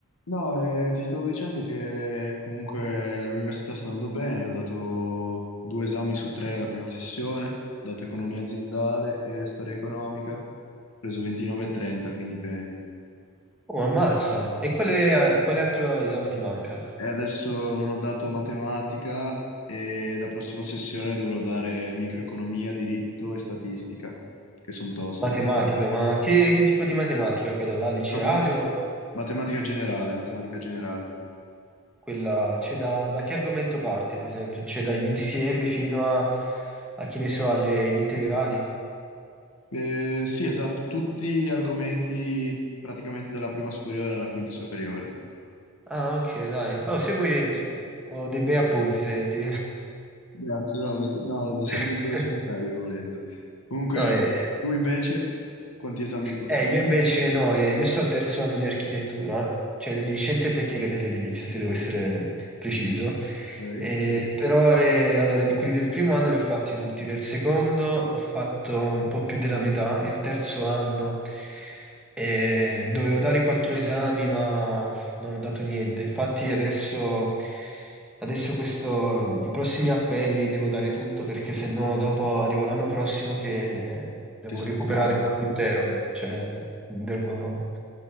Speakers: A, on the left; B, in the centre.
A: No, eh, ti stavo dicendo che comunque l'università sta andando bene, ho dato due esami su tre alla prima sessione, ho dato economia aziendale e storia economica, ho preso 29 e 30, quindi bene.
B: Oh, ammazza. E quale, quale altro esame ti manca?
A: E adesso non ho dato matematica e la prossima sessione dovrò dare microeconomia, diritto e statistica, che sono toste.
B: Matematica, ma che, che tipo di matematica? Quella là, liceale
A: Matematica
B: o
A: Matematica generale, matematica generale.
B: quella... C'è da, da che argomento parte, ad esempio? C'è dagli insiemi fino a, a che ne so, alle gli integrali?
A: Eh, sì, esatto, tutti argomenti praticamente dalla prima superiore alla quinta superiore.
B: Ah, ok, dai. Oh, se vuoi, eh, ho dei bei appunti, se ti...
A: Grazie, no, vi, no, vi servirebbero
B: <laughs>
A: sul serio volendo. Comunque,
B: No, eh,
A: tu invece, quanti esami hai passato?
B: Eh, io invece no, eh, io sto al terzo anno di architettura, cioè di scienze tecniche dell'edilizia, se devo essere preciso.
A: Ok?
B: Eh, però eh, allora, di quelli del primo anno li ho fatti tutti, del secondo ho fatto un po' più della metà, il terzo anno eh, dovevo dare quattro esami ma non ho dato niente, infatti adesso Adesso questo, i prossimi appelli devo dare tutto perché se no dopo arrivo l'anno prossimo che devo
A: Che sei
B: recuperare
A: fuori corso.
B: un anno intero,
A: No.
B: cioè devo,